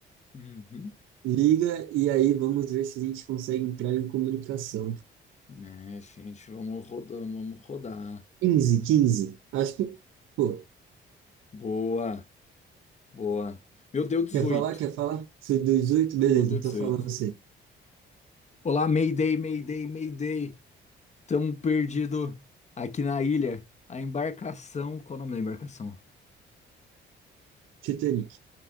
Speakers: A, on the left; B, on the right.
A: Uhum.
B: Liga e aí vamos ver se a gente consegue entrar em comunicação.
A: É, gente, vamos rodar, vamos rodar.
B: quinze quinze Acho que, pô,
A: Boa, boa. Meu deu 18.
B: quer falar? Quer falar? Sou 18? Beleza,
A: Meu deu
B: então
A: 18.
B: fala você.
A: Olá, Mayday, Mayday, Mayday. Tamo perdido aqui na ilha. A embarcação. Qual o nome da embarcação?
B: Titanic.